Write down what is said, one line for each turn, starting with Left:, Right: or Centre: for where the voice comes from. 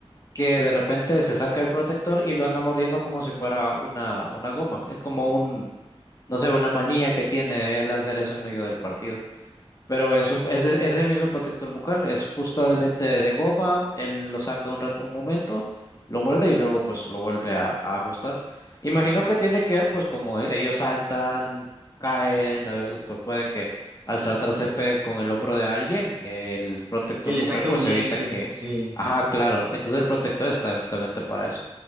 Left: que de repente se saca el protector y lo anda mordiendo como si fuera una, una goma. Es como un, no sé, una manía que tiene él hacer eso en medio del partido. Pero es, un- es, es el mismo protector bucal, es justamente de goma, él lo saca un rato, un momento, lo muerde y luego pues lo vuelve a, a ajustar. Imagino que tiene que ver pues como e- ellos saltan, caen, a veces pues puede que al saltar se pegue con el hombro de alguien, el protector
Right: Él le
Left: bucal
Right: saque
Left: pues
Right: un diente,
Left: evita Ujú. que,
Right: sí.
Left: ajá, claro, entonces el protector está justamente para eso.